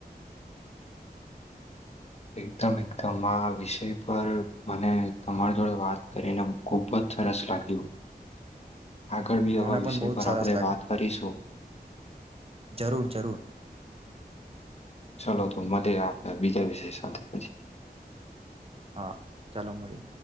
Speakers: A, on the left; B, on the right.
A: <unintelligible> એકદમ એકદમ આ વિષય પર મને તમારી જોડે વાત કરીને ખુબ જ રસ લાગ્યો આગળ બી
B: મને
A: આવા
B: પણ
A: વિષય
B: બહુ
A: પર
B: જ સરસ
A: આપણે
B: લાગ્યું
A: વાત કરીશું.
B: જરૂર જરૂર.
A: ચલો તો મધે રાતના બીજા વિષય સાથે પછ
B: હા ચાલો મળએ.